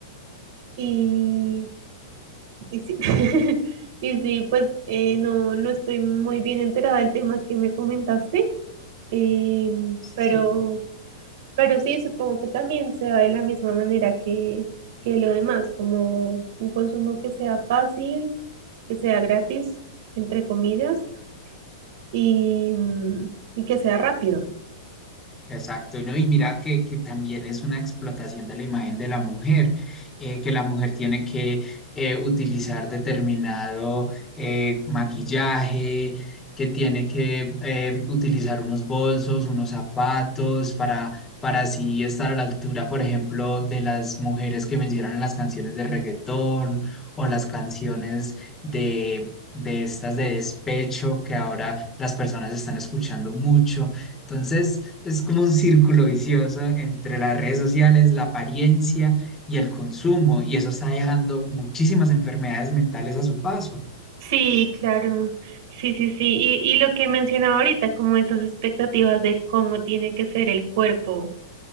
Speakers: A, on the right; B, on the left.
A: y, y sí. <laughs> Y sí, pues eh, no, no estoy muy bien enterada del tema que me comentaste, eh,
B: Sí.
A: pero, pero sí, supongo que también se da de la misma manera que, que lo demás, como un consumo que sea fácil, que sea gratis, entre comillas y, y que sea rápido.
B: Exacto, ¿no? Y mira que, que también es una explotación de la imagen de la mujer, eh, que la mujer tiene que eh, utilizar determinado eh, maquillaje, que tiene que eh, utilizar unos bolsos, unos zapatos para, para así estar a la altura, por ejemplo, de las mujeres que mencionan en las canciones de reggaetón o las canciones de... de estas de despecho que ahora las personas están escuchando mucho. Entonces, es como un círculo vicioso entre las redes sociales, la apariencia y el consumo, y eso está dejando muchísimas enfermedades mentales a su paso.
A: Sí, claro. Sí, sí, sí. Y, y lo que mencionaba ahorita, como esas expectativas de cómo tiene que ser el cuerpo,